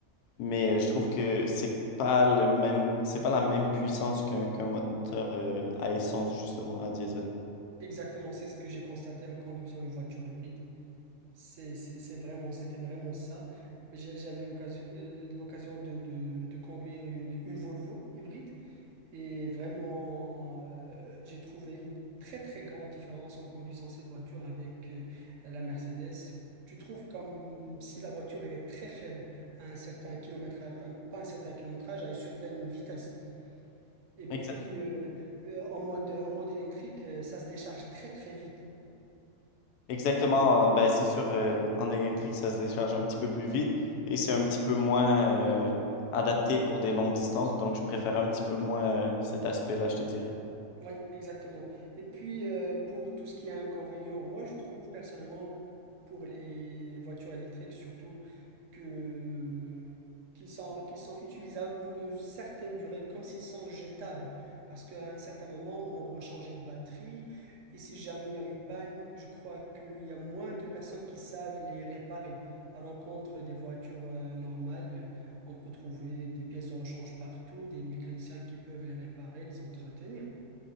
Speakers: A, on the left; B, on the right.
A: mais euh, je trouve que c'est pas le même, c'est pas la même puissance qu'un qu'un moteur euh, à essence, justement, à diesel.
B: Exactement, c'est ce que j'ai constaté en conduisant une voiture hybride. C'est, c'est, c'est vraiment, c'était vraiment ça. Mais j'a- J'avais l'occasion, euh, l'occasion de, de, de conduire une, une Volvo hybride et vraiment, euh, j'ai trouvé une très très grande différence en conduisant cette voiture avec euh, la Mercedes. Tu trouves comme si la voiture elle est très faible à un certain kilométrage, euh, pas un certain kilométrage, à une certaine vitesse. Et puis
A: Exa-
B: euh, euh, en mode, en mode électrique, euh, ça se décharge très très vite.
A: Exactement, euh, ben c'est sûr, euh, en électrique, ça se décharge un petit peu plus vite et c'est un petit peu moins euh, adapté pour des longues distances, donc je préfère un petit peu moins euh, cet aspect-là, je te dirais.
B: Oui, exactement. Et puis, euh, pour tout ce qui est inconvénient, moi, je trouve personnellement, pour les voitures électriques surtout, que qu'ils sont, qu'ils sont utilisables pour une certaine durée, comme s'ils sont jetables. Parce qu'à un certain moment, on doit changer de batterie. Et si jamais il y a une panne, je crois qu'il y a moins de personnes qui savent les réparer. À l'encontre des voitures euh, normales, euh, on peut trouver des pièces de rechange partout, des mécaniciens qui peuvent les réparer, les entretenir.